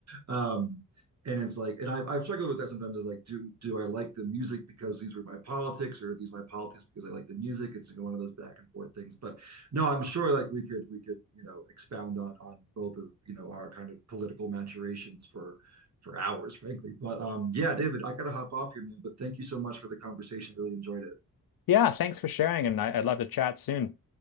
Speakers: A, on the right; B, on the left.
A: Um, and it's like, and I've, I've struggled with that sometimes. Is like, do do I like the music because these were my politics, or are these my politics because I like the music? It's like one of those back and forth things. But no, I'm sure like we could we could you know expound on on both of you know our kind of political maturations for for hours, frankly. But um, yeah, David, I gotta hop off here, man. But thank you so much for the conversation. Really enjoyed it.
B: Yeah, thanks for sharing, and I, I'd love to chat soon.